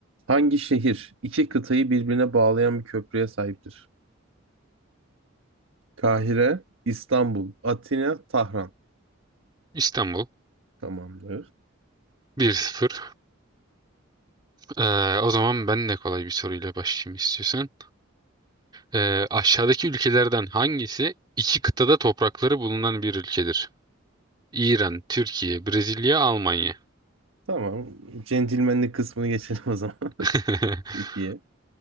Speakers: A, on the right (about 75°); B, on the right (about 20°).
A: Hangi şehir iki kıtayı birbirine bağlayan bir köprüye sahiptir? Kahire, İstanbul, Atina, Tahran.
B: İstanbul
A: Tamamdır.
B: bir sıfır Ee, o zaman ben de kolay bir soruyla başlayayım istiyorsan. Ee, aşağıdaki ülkelerden hangisi iki kıtada toprakları bulunan bir ülkedir? İran, Türkiye, Brezilya, Almanya.
A: Tamam. Centilmenlik kısmını geçelim o zaman.
B: <laughs>
A: <laughs> Türkiye.